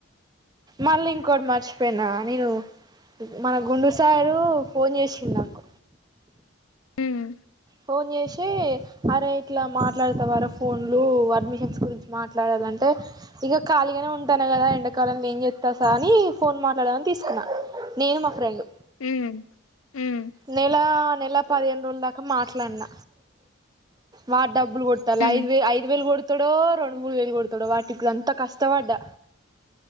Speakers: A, on the right; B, on the left.
A: మళ్ల ఇంకోటి మర్చపోనా నేను మన గుండు సారు ఫోన్ చేసిండు నాకు
B: ఉమ్
A: ఫోన్ చేసి అరే ఇట్లా మాట్లాడతావారా ఫోన్లు అడ్మిషన్స్ గురించి మాట్లాడాలంటే ఇగ ఖాళగానే ఉంటానా కదా ఎండాకాలంలో ఏం చెస్తాసా అని ఫోన్ మాట్లాడదామని తీసుకున్నా నేను మా ఫ్రెండ్
B: ఉమ్ ఉమ్
A: నెల నెల పదిహేను రోజుల దాకా మాట్లాడిన వాడు డబ్బలు కొట్టాలా
B: ఉమ్,
A: ఐదు వే ఐదు వేలు కొడతాడో రెండు మూడు వేలు కొడతాడో వాటికి కూడా అంత కష్టపడ్డా